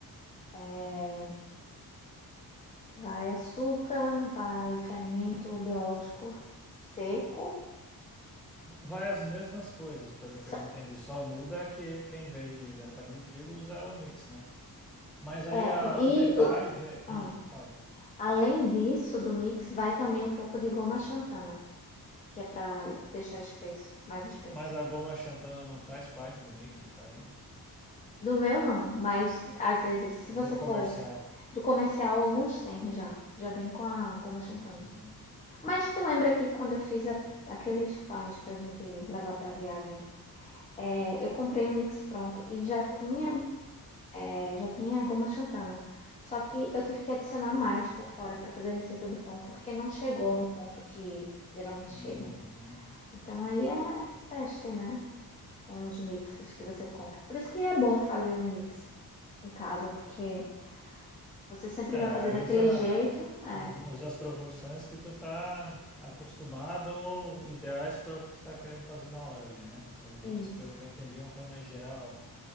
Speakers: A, on the left (about 20°); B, in the centre.
A: É, vai açúcar, vai fermento biológico seco.
B: Vai as mesmas coisas, pelo
A: S-
B: que eu entendi. Só muda que em vez de da farinha de trigo usa o mix, né? Mas aí
A: É,
B: a-
A: e
B: o detalhe
A: o-
B: vê.
A: ah,
B: Hum, fala.
A: além disso, do mix, vai também um pouco de goma xantana, que é para deixar espesso, mais espesso.
B: Mas a goma xantana não faz parte do mix de farinha?
A: Do meu não, mas às vezes, se você
B: Do comercial.
A: for Do comercial, alguns tem já. Já vem com a goma xantana.
B: Hum,
A: Mas tu lembra que quando eu fiz a- aqueles pães pra gente levar pra viagem, é, eu comprei um mix pronto e já tinha, é, já tinha goma xantana. Só que eu tive que adicionar mais por fora pra fazer a receita do pão, porque não chegou no ponto que geralmente
B: uhum.
A: chega. Então aí é teste, né? Com os mixes que você compra. Por isso que é bom fazer o mix em casa, porque você sempre
B: É,
A: vai fazer
B: aí
A: daquele
B: usa,
A: jeito. É,
B: uhum, usa as proporções que tu tá acostumado ou ideais para o que tu tá querendo fazer na hora ali, né? O mix,
A: isso.
B: pelo que eu entendi, é uma coisa mais geral.